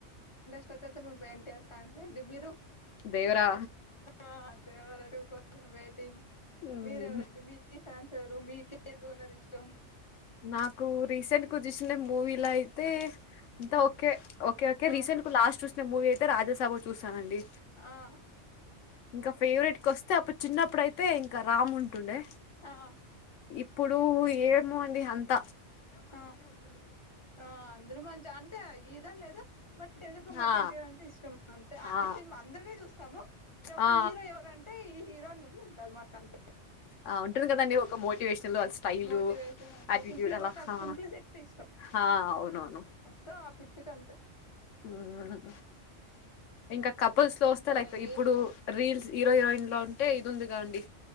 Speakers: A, on the left; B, on the left.
A: బత్తాతమే బైకరమైన ఫ్యాన్స్ అండి మీరు.
B: దేవరా
A: అదే దేవరా టూ పర్సం వెయిటింగ్
B: హుహు.
A: మీరు ఎవరండి మీకి ఫ్యాన్స్ మీకజోనర్ ఇష్టం.
B: నాకు రీసెంట్ వచ్చసిన మూవీలా అయితే. అంత
A: ఆ
B: ఓకే ఓకే ఓకే
A: ఆ
B: రీసెంట్ కు లాస్ట్. మూవీ అయితే రాజాసాభ చూశానండి
A: ఆహా.
B: ఇంకా ఫేవరెట్ కి వస్తే అప్పుడు చిన్నప్పుడుయితే ఇంకా రామ్ ఉంటుండే.
A: ఆహా
B: ఇప్పుడు ఏమో అండి అంత
A: ఆ ఆ అందరు మంచి అంతే ఈ దాని లేదు బట్ ఎందుకు మాకు
B: ఆ
A: ఎన్ టి ఆర్ ఇష్టం అంతే అన్ని
B: ఆ
A: సినిమాలు అందరివి చూస్తాము యొక్క
B: ఆ
A: హీరో ఎవరంటే ఈ హీరో అంతే మాకు అంత
B: ఆ ఉంటుంది కదాండి ఒక మోటివేషన్ వాళ్ళ స్టైల్
A: మోటివేషన్ అంతే
B: ఆటిట్యూడ్
A: సింప్లి
B: అలా
A: మాకు ఆ
B: ఆ
A: సింప్లిసిటీ ఇష్టం
B: ఆ, అవునవును
A: సో ఆ పిచికి అంతే
B: ఉమ్. ఇంకా కపుల్స్ లో వస్తే
A: ఇంకానండి
B: లైక్ ఇప్పుడు రీల్స్ హీరో హీరోయిన్ లో ఉంటే ఇది ఉందిగా అండి